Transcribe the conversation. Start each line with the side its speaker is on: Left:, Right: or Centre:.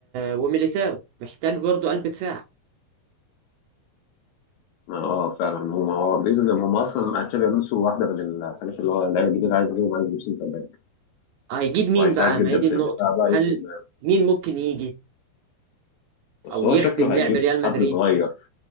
Right: وميليتاو محتاج برضو قلب دفاع
Left: اه فعلا هم هو باذن الله هم اصلا تشابي الونسو واحده من الحاجات اللي هو اللعيبه الجديده عايز يجيبهم عايز يجيب سنتر باك
Right: هيجيب مين
Left: وهيساعد
Right: بقى
Left: جدا
Right: ما هي دي
Left: في
Right: النقطة
Left: الدفاع بقى
Right: هل
Left: يسند
Right: مين ممكن يجي
Left: بس
Right: او
Left: هو
Right: يخدم
Left: شكله
Right: لعب
Left: هيجيب
Right: ريال مدريد
Left: حد صغير